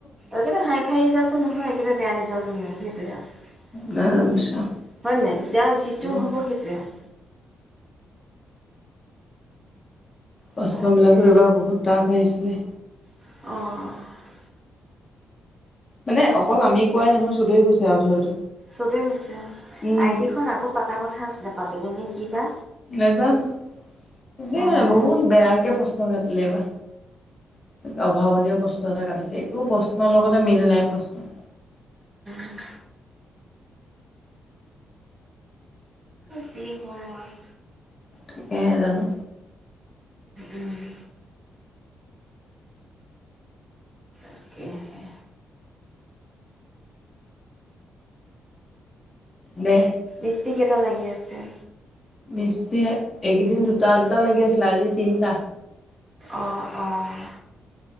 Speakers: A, on the right; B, on the left.
A: একেবাৰে হাই ফাই ৰিজাল্টটো নহয় একেবাৰে বেয়া ৰিজাল্টটো নহয় সেইটোৱে আও,
B: নাজানো চোৱা।
A: হয় নে নাই? যাৰ যিটো
B: উম
A: হব সেইটোৱে আও।
B: প্ৰশ্ন
A: তাকে
B: বিলাকো এইবাৰ বহুত টাফ আহিছিলে।
A: অহ।
B: মানে
A: প্ৰশ্ন
B: অকল আমি
A: বিলাক
B: কোৱাই নহয় চবেই কৈছে আৰু ধৰ এইটো
A: চবেই কৈছে
B: উম
A: আইটি খন আকৌ পাতা কথা আছিলে পাতিলে নেকি কিবা
B: নেজানো চবেই
A: অঁ
B: মানে বহুত বেয়াকে পস্ত কাটিলে এই বা ত অভাৱনীয় প্ৰশ্ন এটা কাটিছে একো প্ৰশ্নৰ লগতে মিল নাই প্ৰশ্ন
A: অঁ কি হয় আৰু
B: সিকেইহে জানো
A: উম। তাকেহে
B: দে
A: মিস্ত্ৰিকেইটা লাগি আছে
B: মিস্ত্ৰী এইকেইদিন দুটা দুটা লাগি আছিলে আজি তিনটা
A: অঁ অঁ